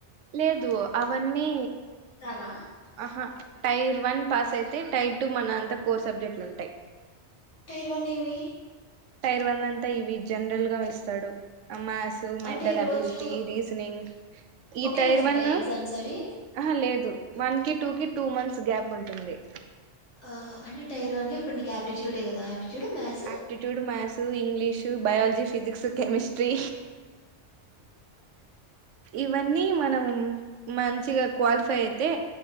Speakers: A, on the right (about 85°); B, on the left (about 80°).
A: లేదు అవన్నీ
B: రావా
A: ఆహా టైర్ వన్ పాస్ అయితే టైర్ టూ మన అంతా కోర్ సబ్జెక్టులు ఉంటాయి
B: టైరు వన్ ఏమి
A: టైర్ వన్ అంతా ఇవి జనరల్ గా వస్తాడు అమాసు మెంటల్
B: అంటే
A: అబిలిటీ
B: రోజు
A: రీసనింగ్ ఈ
B: ఒకే
A: టైర్
B: రోజు
A: వన్
B: ఉంటాయి ఎగ్జామ్స్ అవి
A: ఆ లేదు వన్ కి టూ కి టూ మంత్స్ గ్యాప్ ఉంటుంది
B: ఆహ అంటే టైర్ వన్ లో ఇప్పుడు నీ క్యాపిటటీ చూడే కదా aptitude maths
A: aptitude maths English biology physics chemistry ఇవన్నీ మనం మంచిగా క్వాలిఫై అయితే